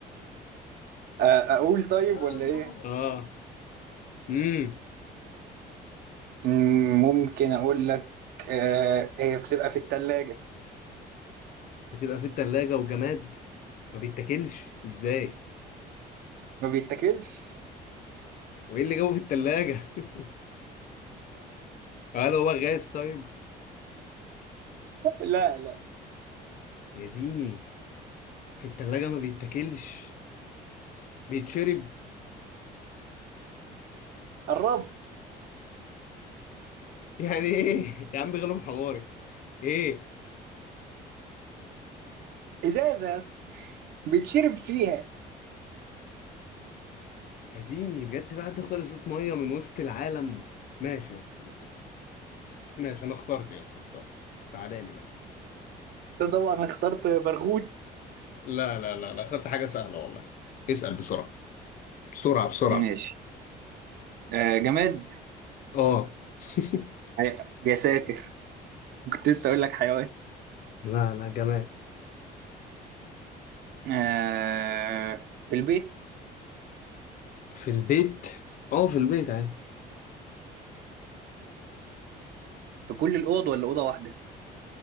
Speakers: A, on the right; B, on the left.
A: آه، اقول طيب
B: لا
A: ولا
B: يا ماما.
A: ايه
B: اه امم
A: مم، ممكن اقول لك آه، هي بتبقى في التلاجة
B: بتبقى في التلاجة وجماد ما بيتاكلش ازاي
A: ما بيتاكلش
B: وايه اللي جابه في التلاجة <laughs> هل هو غاز طيب
A: لا لا
B: يا ديني في التلاجة ما بيتاكلش بيتشرب
A: قربت
B: يعني ايه <laughs> يا عم غلب حمارك ايه
A: ازازة يا اسطى. بيتشرب فيها
B: يا ديني بجد في حد اختار ازازة مية من وسط العالم ماشي يا اسطى ماشي ماشي انا اخترت يا اسطى اخترت تعالى لي بقى
A: أنت طبعا اخترت برغوت
B: لا لا لا لا اخترت حاجة سهلة والله اسأل بسرعة بسرعة بسرعة
A: ماشي آه، جماد
B: اه <laughs>
A: حي- يا ساتر كنت لسه اقول لك حيوان
B: لا لا جماد
A: آه، في البيت
B: في البيت اه في البيت عادي
A: في كل الاوض ولا اوضه واحده